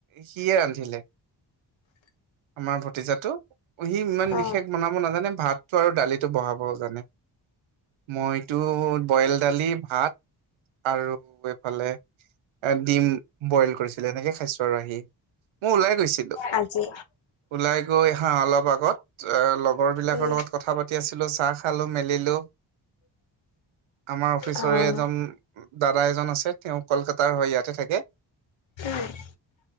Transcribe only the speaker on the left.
অ'
আজি।
উম,
অ',
উম।